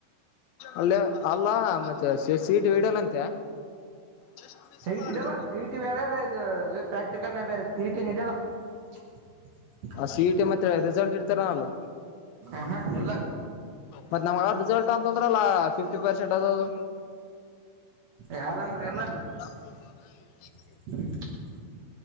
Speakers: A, on the left; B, on the right.
A: ಅಲ್ಲೇ ಅಲ್ಲಾ ಮತ್ತೆ ಸೀಟ್ ವಿಡಲ್ಲಂತೆ ಜಷ್ಟ
B: ಸಿ
A: ಮ
B: ಇ
A: ಮಾಡ
B: ಟಿ ಇಡಲ್ಲ ಸಿ ಇ ಟಿ ಬೇರೆ ಇದು ಪ್ರಾಕ್ಟಿಕಲ್ನೇ ಬೇರೆ ಸಿ ಇ ಟಿನ ಇಡಲ್ಲ <inaudible>
A: ಸಿ ಇ ಟಿ ಮತ್ತೆ ರಿಸಲ್ಟ್ ಹಿಡಿತಾರ ಏನೋಳ.
B: ಹ ಹಾ ಇಲ್ಲ.
A: ಮತ್ ನಾವ ರಿಸಲ್ಟ್ ಅಂತಂದ್ರಲ್ಲ ಫಿಫ್ಟಿ ಪರ್ಸೆಂಟ್ ಆದುದು.
B: ಯಾರಂದ್ರ ಇಲ್ಲ.
A: <inaudible>
B: ಹ್ಮ <inaudible>